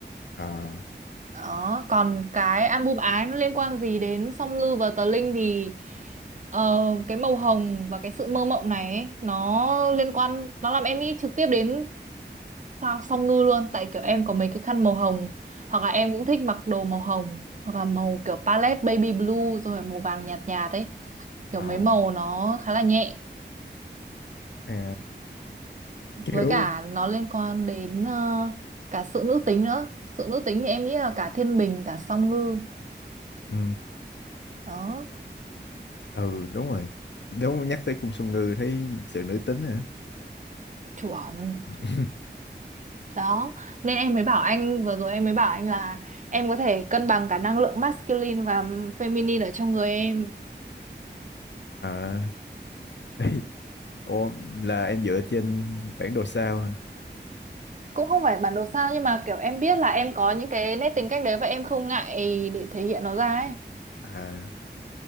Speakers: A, on the left; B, on the right.
A: à,
B: đó còn cái album ái nó liên quan gì đến Song Ngư và tờ Linh thì ờ, cái màu hồng và cái sự mơ mộng này ấy, nó liên quan nó làm em nghĩ trực tiếp đến Tao song ngư luôn tại kiểu em có mấy cái khăn màu hồng hoặc là em cũng thích mặc đồ màu hồng hoặc là màu kiểu palette baby blue rồi là màu vàng nhạt nhạt ấy kiểu
A: Ồ.
B: mấy màu nó khá là nhẹ
A: à,
B: với
A: kiểu
B: cả nó liên quan đến ờ, cả sự nữ tính nữa sự nữ tính thì em nghĩ là cả thiên bình cả song ngư
A: ừ,
B: đó
A: ừ đúng rồi đúng nhắc tới cung Song Ngư thấy sự nữ tính hả
B: chuẩn
A: <laughs>
B: đó nên em mới bảo anh vừa rồi em mới bảo anh là em có thể cân bằng cả năng lượng masculine và feminine ở trong người em
A: à đây ô là em dựa trên bản đồ sao hả
B: cũng không phải bản đồ sao nhưng mà kiểu em biết là em có những cái nét tính cách đấy và em không ngại để thể hiện nó ra ấy
A: à